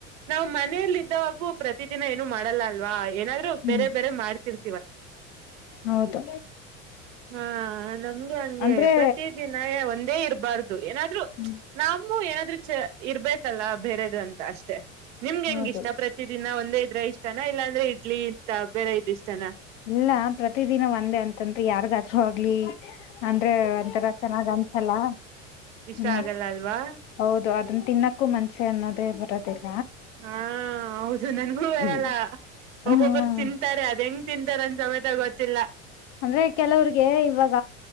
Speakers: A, on the right; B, on the left.
A: ನಾವು ಮನೆಯಲ್ಲಿ ಇದ್ದವಾಗೂ ಪ್ರತಿದಿನ ಏನು ಮಾಡಲ್ಲ ಅಲ್ವಾ. ಏನಾದ್ರು
B: ಹ್ಮ್
A: ಬೇರೆ ಬೇರೆ ಮಾಡ್ತಿವಿ.
B: ಹೌದು.
A: ಹಾ ನಮ್ಗೆ ಹಂಗೆ
B: ಅಂದ್ರೆ
A: ಪ್ರತಿ ದಿನ ಒಂದೇ ಇರ್ಬಾರ್ದು ಏನಾದ್ರು
B: ಹ್ಮ್
A: ನಮ್ಮು ಏನಾದ್ರುೂ ಚ ಇರ್ಬೇಕಲ್ಲ ಬೇರೆದು ಅಂತ ಅಷ್ಟೇ ನಿಮ್ಗೆ ಹೆಂಗ್
B: ಹೌದು
A: ಇಷ್ಟ ಪ್ರತಿದಿನ ಒಂದ್ ಇದ್ರೆ ಇಷ್ಟಾನ ಇಲ್ಲಾಂದ್ರೆ ಇಡ್ಲಿ ಇಂತ ಬೇರೆ ಇದ್ ಇಷ್ಟನ
B: ಇಲ್ಲ ಪ್ರತಿದಿನ ಒಂದೇ ಅಂತತ್ ಯಾರ್ಗಾದ್ರು ಆಗ್ಲಿ ಅಂದ್ರೆ ಒಂಥರ ಚೆನ್ನಾಗ್ ಅನ್ಸಲ್ಲ
A: ಇಷ್ಟ
B: ಹ್ಮ
A: ಆಗಲ್ಲ ಅಲ್ವಾ
B: ಹೌದು ಅದ ತಿನ್ನಕ್ಕೂ ಮನ್ಸೆ ಅನ್ನೋದೇ ಬರೋದಿಲ್ಲ
A: ಹಾ ಹೌದು ನನ್ಗೂ ಬರಲ್ಲ
B: ಹ್ಮ್
A: ಒಬ್ಬೊಬ್ಬರು
B: ಹ್ಮ್
A: ತಿಂತಾರೆ ಅದೆಂಗ್ ತಿಂತಾರೆಂದ ಸಮೇತ ಗೊತ್ತಿಲ್ಲ
B: ಅಂದ್ರೆ ಕೆಲವ್ರಿಗೆ ಇವಾಗ